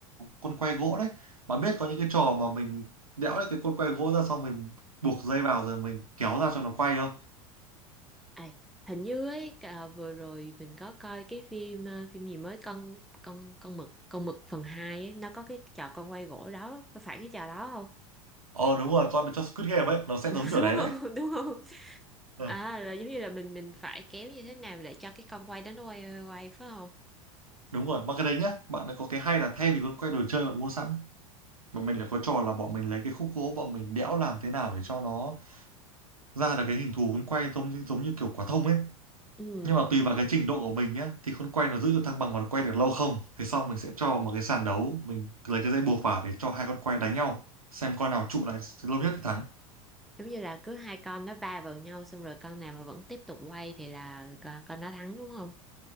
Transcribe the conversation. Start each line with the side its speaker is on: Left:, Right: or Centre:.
Right: con quay gỗ đấy bạn biết có những cái trò mà mình đẽo lấy cái con quay gỗ ra xong mình buộc dây vào rồi mình kéo ra cho nó quay không
Centre: à, hình như ấy cả vừa rồi mình có coi cái phim ờ, phim gì mới con con con mực con mực phần 2 ấy, nó có cái trò con quay gỗ đó có phải cái trò đó không
Right: ờ đúng rồi con cho Squid Game ấy nó sẽ
Centre: <laughs> đúng
Right: giống kiểu
Centre: đúng
Right: đấy đấy
Centre: không đúng không
Right: Ờ,
Centre: à là giống như là mình mình phải kéo như thế nào để cho cái con quay đó nó quay quay, quay phải không
Right: đúng rồi mà cái đấy nhá bạn lại có cái hay là thay vì con quay đồ chơi bạn mua sẵn mà mình lại có trò là bọn mình lấy cái khúc gỗ bọn mình đẽo làm thế nào để cho nó ra được cái hình thù con quay giống như giống như kiểu quả thông ấy
Centre: ừ
Right: nhưng mà tùy vào cái trình độ của mình nhé thì con quay nó giữ được thăng bằng và nó quay được lâu không thì xong mình sẽ cho vào một cái sàn đấu mình lấy cái dây buộc vào để cho hai con quay đánh nhau xem con nào trụ lại lâu nhất thì thắng
Centre: giống như là cứ hai con nó va vào nhau xong rồi con nào mà vẫn tiếp tục quay thì là con, con nó thắng đúng không